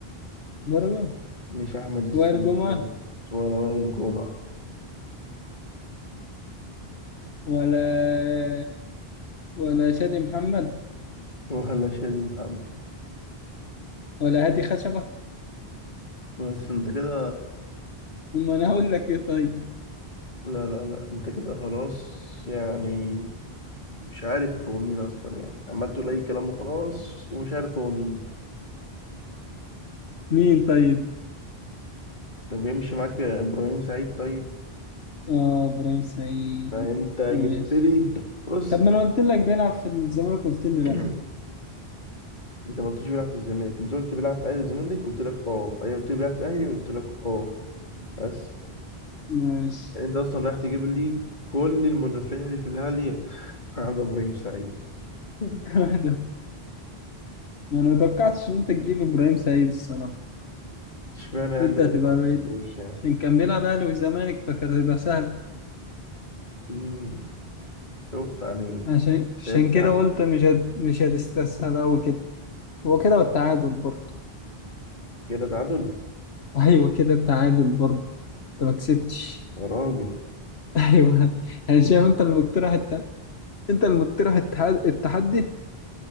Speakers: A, on the left (about 85°); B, on the left (about 50°).
A: <laughs> برضه
B: مش احمد السيد
A: وائل جمعة
B: خالص، ولا وائل جمعة
A: ولا ولا شادي محمد
B: ولا شادي محمد
A: ولا هادي خشبة؟
B: بس انت كده
A: أما أنا هقول لك إيه طيب؟
B: لا لا لا انت كده خلاص يعني مش عارف هو مين اصلا يعني عمال تقول اي كلام وخلاص ومش عارف هو مين
A: مين طيب؟
B: طب يمشي معاك يا ابراهيم سعيد طيب
A: آه إبراهيم سعيد
B: فانت جبت
A: ماشي
B: لي بص
A: طب ما أنا قلت لك بيلعب في الزمالك قلت لي
B: <clears throat>
A: لأ
B: انت ما قلتش بيلعب في الزمالك انت قلت بيلعب في اهلي الزمالك قلت لك اه ايوه قلت لي بيلعب في اهلي قلت لك اه بس
A: ماشي
B: يعني انت اصلا رايح تجيب لي كل المدافعين اللي في الاهلي <laughs> على ابراهيم سعيد <laughs>
A: <laughs> ما أنا متوقعتش إن أنت تجيب إبراهيم سعيد الصراحة
B: اشمعنى عندنا
A: قلت هتبقى
B: ما توقعتوش
A: بعيد
B: يعني
A: عشان كان بيلعب أهلي وزمالك فكانت هتبقى سهل
B: مم. شوف يعني
A: عشان عشان
B: ضحكت
A: كده
B: عليه
A: قلت مش هد... مش هتستسهل أوي كده هو كده والتعادل برضه
B: كده تعادل
A: <laughs> أيوه كده التعادل برضه أنت ما كسبتش
B: يا راجل
A: <laughs> أيوه أنا شايف أنت اللي مقترح انت اللي مقترح التحدي التحدي